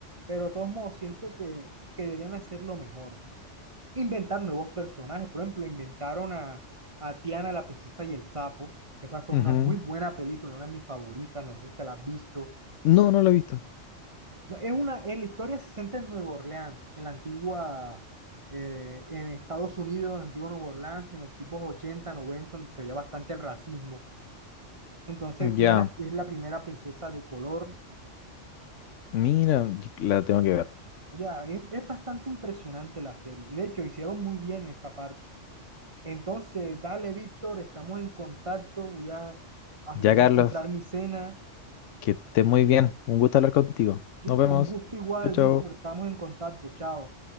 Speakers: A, on the right; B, on the left.
A: Pero de todos modos, siento que, que deberían hacerlo mejor. Inventar nuevos personajes. Por ejemplo, inventaron a, a Tiana, la princesa y el sapo. que Esa fue
B: Ujú.
A: una muy buena película, una de mis favoritas. No sé si te la has visto.
B: No, no lo he visto.
A: No, es una, eh, la historia se centra en Nueva Orleans, en la antigua, eh, en Estados Unidos, en la antigua Nueva Orleans, en los tipos 80 90 donde se veía bastante el racismo. Entonces Tiana
B: Ya,
A: es la primera princesa de color.
B: mira, y- la tengo que ver.
A: Ya, es, es bastante impresionante la serie. Y de hecho, hicieron muy bien esa parte. Entonces, dale, Víctor, estamos en contacto. Voy a, a-
B: Ya,
A: voy
B: Carlos,
A: a comprar mi cena.
B: que estés muy bien. Un gusto hablar contigo.
A: Listo,
B: Nos vemos.
A: un gusto igual,
B: Chao, chao.
A: Víctor. Estamos en contacto. Chao.